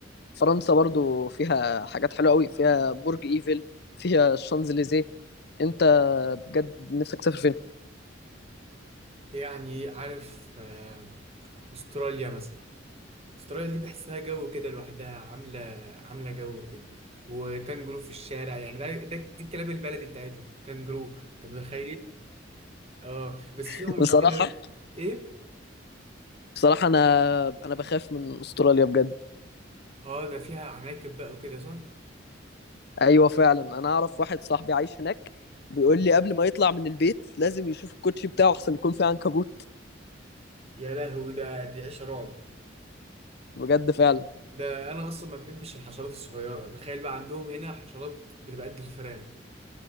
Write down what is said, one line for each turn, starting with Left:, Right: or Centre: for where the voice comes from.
Left: فرنسا برضو فيها حاجات حلوة قوي فيها برج ايفل فيها الشانزليزيه انت بجد نفسك تسافر فين
Right: يعني عارف آه، استراليا مثلا استراليا دي بحسها جو كده لوحدها عامله عامله جو كده وكانجرو في الشارع يعني ده, ده دي الكلاب البلدي بتاعتهم كانجرو انت متخيل اه بس
Left: <laughs>
Right: فيها
Left: بصراحة
Right: مشكلة ايه؟
Left: بصراحة انا انا بخاف من استراليا بجد
Right: اه ده فيها عناكب بقى وكده صح؟
Left: ايوه فعلا انا اعرف واحد صاحبي عايش هناك بيقول لي قبل ما يطلع من البيت لازم يشوف الكوتشي بتاعه احسن يكون فيه عنكبوت
Right: يا لهوي ده دي عيشة رعب
Left: بجد فعلا
Right: ده انا اصلا ما بحبش الحشرات الصغيرة تخيل بقى عندهم هنا حشرات بتبقى قد الفئران